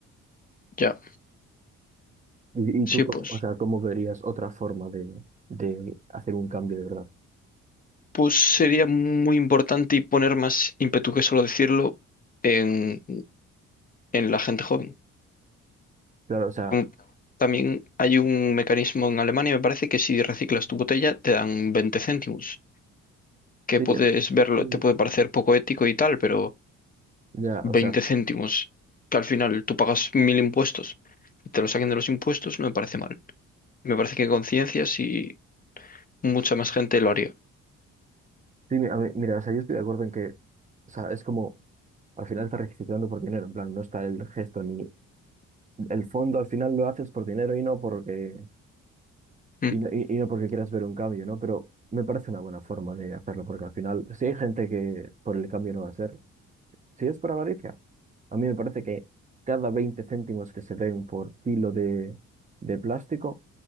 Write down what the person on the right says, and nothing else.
¿Y, y
tú, co-
o sea, cómo verías otra forma de, de hacer un cambio de verdad?
Claro, o sea,
sí,
eh,
mm,
ya, o sea,
sí, mi- a mí- mira, o sea, yo estoy de acuerdo en que, o sea, es como, al final estás reciclando por dinero, en plan, no está el gesto ni el fondo, al final lo haces por dinero y no porque
Y no, y, y no porque quieras ver un cambio, ¿no? Pero me parece una buena forma de hacerlo, porque al final, si hay gente que por el cambio no va a ser, si es por avaricia, a mí me parece que cada 20 céntimos que se den por kilo de, de plástico